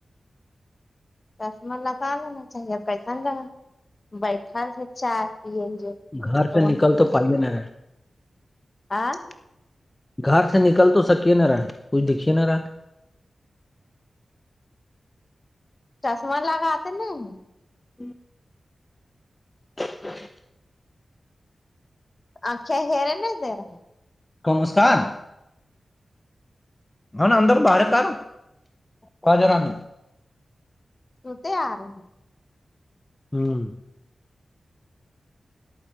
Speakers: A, on the left (about 40°); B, on the left (about 20°).
A: چسما لگا لینا چاہیے کیسن لگ بیٹھل تھ چائے پیل جو
B: گھر
A: کون
B: پہ نکل تو پائیے نہ ہے
A: آاں <unintelligible>
B: گھر سے نکل تو سکے نہا رہا کچھ دیککھھیے نہا رہا
A: چشمہ لگاتے نہیں
B: ہی <inaudible>
A: آکھیں ہیرے نہیں دے رہا
B: کو مسکان ہ نےا اندر بارے کار کو جرا نہیں
A: سوتے آ رہی ہیں
B: ھم